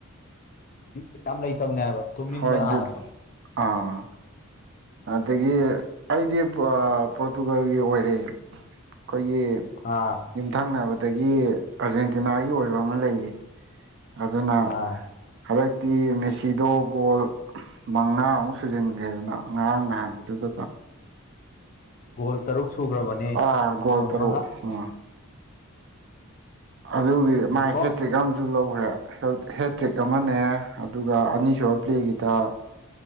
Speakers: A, on the left; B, on the right.
A: ꯕꯤꯠ ꯌꯥꯝ ꯂꯩꯇꯕꯅꯦ ꯍꯥꯏꯕ ꯇꯨꯝꯅꯤꯡꯕꯅ
B: ꯍꯣꯏ ꯕꯤꯠ
A: ꯍꯥꯜꯂꯛꯄꯅꯦ
B: ꯑꯥ ꯑꯗꯒꯤ ꯑꯩꯗꯤ ꯄꯣꯔꯇꯨꯒꯜꯒꯤ ꯑꯣꯏꯔꯦ ꯑꯩꯈꯣꯏꯒꯤ
A: ꯑꯥ
B: ꯌꯨꯝꯊꯪꯅꯕꯗꯒꯤ ꯑꯔꯖꯦꯟꯇꯤꯅꯥꯒꯤ ꯑꯣꯏꯕ ꯑꯃ ꯂꯩꯌꯦ ꯑꯗꯨꯅ
A: ꯑꯥ
B: ꯍꯟꯗꯛꯇꯤ ꯃꯦꯁꯤꯗꯣ ꯒꯣꯜ ꯃꯉꯥꯃꯨꯛ ꯁꯨꯖꯤꯟꯈ꯭ꯔꯦꯗꯅ ꯉꯔꯥꯡ ꯅꯍꯥꯟꯒꯤꯗꯨꯗꯨꯗ
A: ꯒꯣꯜ ꯇꯔꯨꯛ ꯁꯨꯈ꯭ꯔꯕꯅꯦ
B: ꯑꯥ ꯒꯣꯜ ꯇꯔꯨꯛ
A: ꯃꯉꯥ
B: ꯑꯥ ꯑꯗꯨꯒꯤ
A: ꯉꯥꯏꯈꯣ
B: ꯃꯥꯥꯏ ꯍꯦꯇ꯭ꯔꯤꯛ ꯑꯃ ꯑꯗꯨ ꯂꯧꯈ꯭ꯔꯦ ꯍꯦꯇ꯭ꯔꯤꯛ ꯑꯃꯅꯦ ꯑꯗꯨꯒ ꯑꯅꯤꯁꯨꯕ ꯄ꯭ꯂꯦꯒꯤꯗ